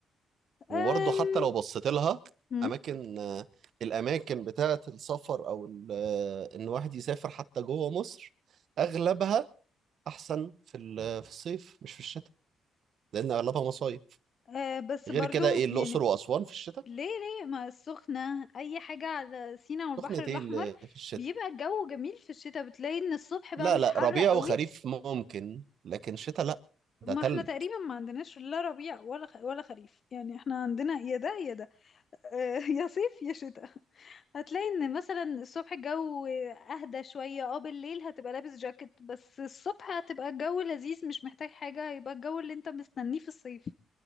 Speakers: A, on the right (about 65°); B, on the left (about 50°).
A: وبرضه
B: أم.
A: حتى لو بصيت لها
B: مم.
A: اماكن آه، الاماكن بتاعة السفر او ال- آه، ان الواحد يسافر حتى جوه مصر اغلبها احسن في ال- في الصيف مش في الشتاء لان اغلبها مصايف
B: أه بس
A: غير
B: برضو
A: كده ايه الاقصر
B: يعني
A: واسوان في الشتاء
B: ليه ليه ما السخنة أي حاجة على سينا والبحر
A: سخنة
B: الأحمر
A: ايه اللي في الشتاء
B: بيبقى الجو جميل في الشتاء بتلاقي إن الصبح بقى
A: لا
B: مش
A: لا
B: حر
A: ربيع
B: قوي
A: وخريف ممكن لكن شتاء لا ده
B: ما
A: تلج
B: احنا تقريبا ما عندناش لا ربيع ولا خ... ولا خريف يعني احنا عندنا يا ده يا ده آه، يا صيف يا شتاء هتلاقي ان مثلا الصبح الجو اهدى شوية اه بالليل هتبقى لابس جاكيت بس الصبح هتبقى الجو لذيذ مش محتاج حاجة هيبقى الجو اللي انت مستنيه في الصيف